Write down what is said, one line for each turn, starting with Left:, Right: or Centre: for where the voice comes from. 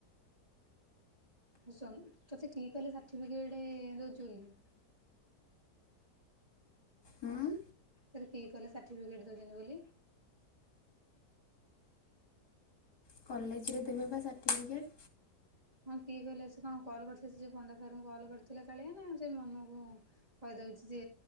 Right: ଆଉ ସନ ତୋତେ କିଏ କହେ ସାର୍ଟିଫିକେଟ୍ ଦେଉଛୁ ବୋଲି।
Left: ହଁ
Right: ତତେ କିଏ କହିଲା ସାର୍ଟିଫିକେଟ୍ ଦଉଛନ୍ତି ବୋଲି।
Left: କଲେଜରେ ଦେବେ ବା ସାର୍ଟିଫିକେଟ୍।
Right: ହଁ କିଏ କହିଲେ ସେ କଣ କଲ୍ କରିଥିଲେ ଯିଏ ପଣ୍ଡା ସାରର୍ଙ୍କୁ କଲ୍ କରିଥିଲେ କାଳିଆ ନା ସେ ମନକୁ କହିଦଉଛି ଯେ